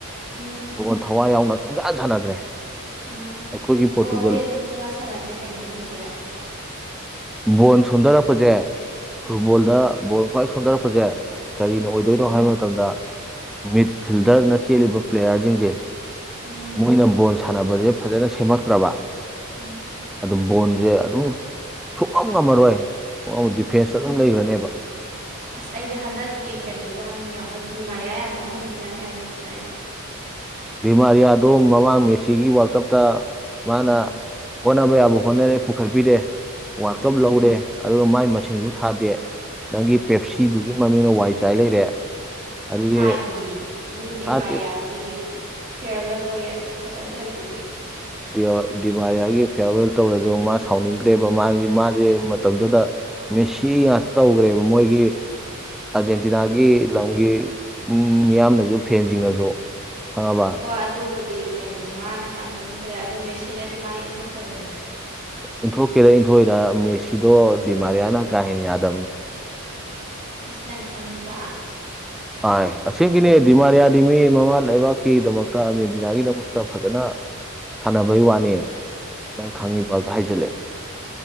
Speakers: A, on the right; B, in the centre.
A: ꯎꯝ
B: ꯕꯣꯟ ꯊꯋꯥꯏ ꯌꯥꯎꯅ ꯁꯨꯡꯁꯥꯟ ꯁꯥꯟꯅꯗ꯭ꯔꯦ
A: ꯎꯝ
B: ꯑꯩꯈꯣꯏꯒꯤ ꯄꯣꯔꯇꯨꯒꯜ
A: ꯕꯣꯜꯗꯤ ꯑꯗꯨꯝ ꯁꯨꯡꯁꯥ ꯁꯥꯟꯅꯗ꯭ꯔꯦ ꯀꯩꯅꯣ ꯃꯣꯏꯗꯤ
B: ꯕꯣꯟ ꯁꯣꯟꯊꯔꯛꯄꯁꯦ
A: ꯎꯝ
B: ꯔꯨꯕꯣꯜꯗ ꯕꯣꯜ ꯈ꯭ꯋꯥꯏ ꯁꯣꯟꯊꯔꯛꯄꯁꯦ ꯀꯔꯤꯅꯣ
A: ꯎꯝ
B: ꯑꯣꯏꯗꯣꯏꯅꯣ ꯍꯥꯏꯕ ꯃꯇꯝꯗ ꯃꯤꯠ ꯐꯤꯜꯗꯔꯅ ꯆꯦꯜꯂꯤꯕ ꯄ꯭ꯂꯦꯌꯥꯔꯁꯤꯡꯁꯦ
A: ꯎꯝ
B: ꯃꯣꯏꯅ ꯕꯣꯜ ꯁꯥꯟꯅꯕꯁꯦ ꯐꯖꯅ ꯁꯦꯝꯃꯛꯇ꯭ꯔꯕ
A: ꯎꯝ
B: ꯑꯗꯨꯝ ꯕꯣꯟꯁꯦ ꯑꯗꯨꯝ ꯁꯨꯡꯉꯝ ꯉꯝꯃꯔꯣꯏ ꯑꯧ ꯗꯤꯐꯦꯟꯁꯇ
A: ꯎꯝ
B: ꯑꯗꯨꯝ ꯂꯩꯒꯔꯅꯦꯕ
A: ꯑꯁ ꯑꯩꯗꯤ ꯍꯟꯗꯛꯀꯤ ꯀꯩꯅꯣꯁꯦ ꯌꯥꯝ ꯌꯥꯎꯍꯟ ꯗꯤꯃꯥꯔꯤꯌꯥ ꯌꯥꯝ ꯌꯥꯎꯍꯟꯅꯤꯡꯖꯥꯅꯤ ꯑꯔꯖꯦꯟꯇꯤꯅꯥꯏꯁꯦ
B: ꯗꯤꯃꯥꯔꯤꯌꯥꯗꯣ ꯃꯃꯥꯡ ꯃꯦꯁꯤꯒꯤ ꯋꯥꯜꯀꯞꯇ ꯃꯥꯅ
A: ꯎꯝ
B: ꯍꯣꯠꯅꯕ ꯌꯥꯕ ꯍꯣꯠꯅꯔꯦ ꯄꯨꯈꯠꯄꯤꯔꯦ ꯋꯥꯟ
A: ꯎꯝ
B: ꯀꯞ ꯂꯧꯔꯦ ꯑꯗꯨꯒ ꯃꯥꯏ ꯃꯁꯤꯡꯁꯨ ꯊꯥꯗꯦ ꯅꯪꯒꯤ ꯄꯦꯞꯁꯤꯗꯨꯒꯤ ꯃꯃꯤꯡꯅ ꯋꯥꯏ ꯆꯥꯏ ꯂꯩꯔꯦ ꯑꯗꯨꯗꯤ
A: ꯊꯥꯏꯗꯨꯗꯤ ꯃꯤ ꯗꯤꯋꯥꯔꯤꯌꯥꯒꯤ
B: ꯊꯥꯗꯦ
A: ꯐꯤꯌꯥꯔꯋꯦꯜꯒ ꯐꯖꯅ ꯇꯧꯗꯨꯗꯤ
B: ꯗꯤꯃꯥ ꯗꯤꯃꯥꯔꯤꯌꯥꯒꯤ ꯐꯤꯌꯔꯋꯦꯜ ꯇꯧꯔꯁꯨ ꯃꯥ ꯁꯥꯎꯅꯤꯡꯈ꯭ꯔꯦꯕ ꯃꯥꯒꯤ ꯃꯥꯖꯦ ꯃꯇꯝꯗꯨꯗ ꯃꯦꯁꯤ ꯉꯥꯛꯇ ꯇꯧꯈ꯭ꯔꯦꯕ ꯃꯣꯏꯒꯤ ꯑꯥꯔꯖꯦꯟꯇꯤꯅꯥꯒꯤ ꯂꯝꯒꯤ ꯃꯤꯌꯥꯝꯅꯁꯨ ꯐꯦꯟꯁꯤꯡꯅꯁꯨ ꯈꯪꯉꯕ
A: ꯍꯣ ꯑꯗꯨꯕꯨꯗꯤ ꯀꯩꯅꯣ ꯃꯥꯅ ꯍꯥꯟꯅ ꯃꯃꯤꯡ ꯆꯠꯂꯛꯦ ꯑꯗꯨ ꯃꯦꯁꯤꯟꯅꯗꯤ ꯃꯥ ꯏꯟꯊꯣꯛꯇꯕꯅꯦ
B: ꯏꯟꯊꯣꯛꯀꯦꯔ ꯏꯟꯊꯣꯛꯏꯔ ꯃꯦꯁꯤꯗꯣ
A: ꯎꯝ
B: ꯗꯤꯃꯥꯔꯤꯌꯥꯅ ꯀꯥꯍꯦꯟ ꯌꯥꯗꯕꯅꯤ
A: ꯏꯁ ꯅꯪ ꯈꯪꯉꯤꯕ
B: ꯑ ꯑꯁꯦꯡꯒꯤꯅꯦ ꯗꯤꯃꯥꯔꯤꯌꯥꯗꯤ ꯃꯤ ꯃꯃꯥ ꯂꯩꯕꯥꯛꯀꯤꯗꯃꯛꯇ ꯑꯥꯔꯖꯦꯟꯇꯤꯅꯥꯒꯤꯗꯃꯛꯇ ꯐꯖꯅ ꯁꯥꯟꯅꯕꯩ ꯋꯥꯅꯦ ꯅꯪ ꯈꯪꯉꯕꯒ ꯍꯥꯏꯖꯜꯂꯑꯦ